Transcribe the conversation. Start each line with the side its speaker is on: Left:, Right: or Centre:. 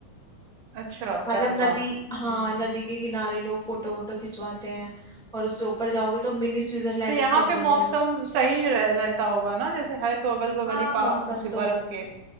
Right: अच्छा
Centre: मतलब
Right: पहलगाम
Centre: नदी हाँ
Right: हम्म
Centre: नदी के किनारे लोग फोटो वोटो खिंचवाते हैं और उससे ऊपर जाओगे तो मिनी स्विट्जरलैंड
Right: तो यहाँ
Centre: उसको
Right: पे
Centre: बोलते
Right: मौसम
Centre: हैं
Right: सही रह, रहता होगा ना जैसे है तो अगल बगल
Centre: हाँ
Right: ही
Centre: मौसम
Right: पा उसके
Centre: तो
Right: बर्फ के